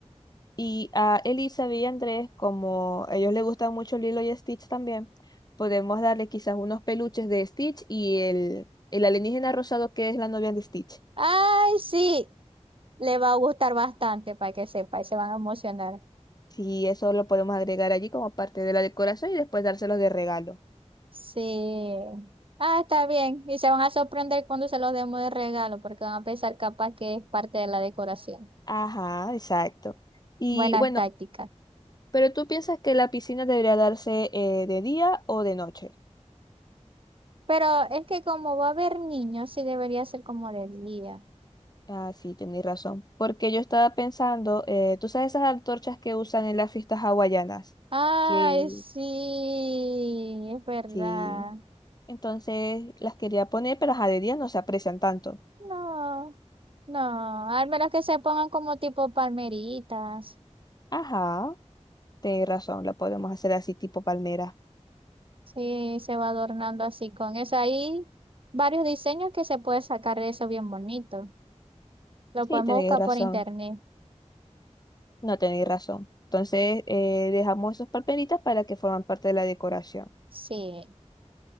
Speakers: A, on the left (about 35°); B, on the right (about 50°).
A: Y a Elisa y a Andrés, como a ellos les gusta mucho Lilo y Stitch también, podemos darle quizás unos peluches de Stitch y el, el alienígena rosado que es la novia de Stitch.
B: Ay, sí, le va a gustar bastante para que sepa y se van a emocionar.
A: Sí, eso lo podemos agregar allí como parte de la decoración y después dárselos de regalo.
B: Sí. Ah, está bien. Y se van a sorprender cuando se los demos de regalo porque van a pensar capaz que es parte de la decoración.
A: Ajá, exacto. Y
B: Buena
A: bueno,
B: táctica.
A: pero tú piensas que la piscina debería darse eh, de día o de noche.
B: Pero es que como va a haber niños, sí debería ser como de día.
A: Ah, sí, tenéis razón. Porque yo estaba pensando, eh, tú sabes esas antorchas que usan en las fiestas hawaianas,
B: Ay,
A: que
B: sí, es verdad.
A: sí. Entonces las quería poner, pero ajá, de día no se aprecian tanto.
B: No. No, al menos que se pongan como tipo palmeritas.
A: Ajá, tenéis razón, La podemos hacer así tipo palmera.
B: Sí, se va adornando así con eso. Hay varios diseños que se puede sacar de eso bien bonito. Lo
A: Sí,
B: podemos
A: tenéis
B: buscar
A: razón,
B: por internet.
A: no tenéis razón. Entonces eh, dejamos esos palmeritas para que forman parte de la decoración.
B: Sí.